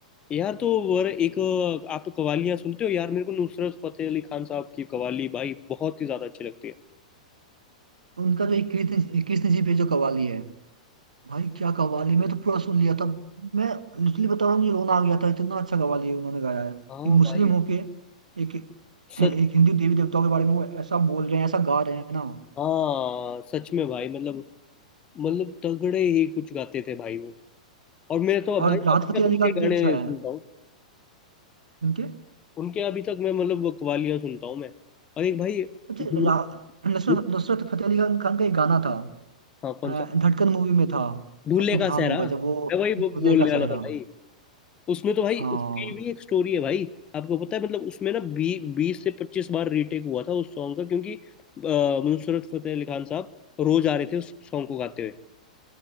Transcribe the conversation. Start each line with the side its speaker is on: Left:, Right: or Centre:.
Left: यार तो वर एक अ, आप कवालियां सुनते हो यार मेरे को नुसरत फतेह अली खान साहब की कवाली भाई बहुत ही ज्यादा अच्छी लगती है
Right: उनका जो एक कृष्ण कृष्ण जी पे जो कव्वाली है भाई क्या कव्वाली मैं तो पूरा सुन लिया था मैं लिटरली बता रहा हूँ मुझे रोना आ गया था इतना अच्छा कव्वाली है उन्होंने गाया है
Left: हाँ
Right: एक मुस्लिम
Left: भाई
Right: होके एक एक
Left: सच
Right: हिंदू देवी देवताओं के बारे में वो ऐसा बोल रहे हैं ऐसा गा रहे हैं ना
Left: हाँ सच में भाई मतलब मतलब तगड़े ही कुछ गाते थे भाई वो और मैं तो भाई
Right: और
Left: अभी
Right: राहत फतेह
Left: तक
Right: अली
Left: उनके
Right: खान भी
Left: गाने
Right: अच्छा
Left: सुनता
Right: है
Left: हूँ
Right: उनके
Left: उनके अभी तक मैं मतलब वो कवालियां सुनता हूँ मैं और एक भाई
Right: अच्छा
Left: दूर-
Right: रा- नुसरत
Left: दूर-
Right: नुसरत फतेह अली खान खान का एक गाना था
Left: हाँ कौन
Right: अ,
Left: सा
Right: धड़कन मूवी में था
Left: दूल्हे
Right: आपको
Left: का
Right: ध्यान
Left: सहरा
Right: होगा जब वो
Left: मैं वही बो-
Right: दूल्हे
Left: बोलने
Right: का
Left: वाला
Right: सेहरा
Left: था भाई उसमें तो भाई
Right: हाँ
Left: उसकी भी एक स्टोरी है भाई आपको पता है मतलब उसमें ना बी, बीस से पच्चीस बार रीटेक हुआ था उस सॉन्ग का क्योंकि अ, नुसरत फतेह अली खान साहब रोज आ रहे थे उस सॉन्ग को गाते हुए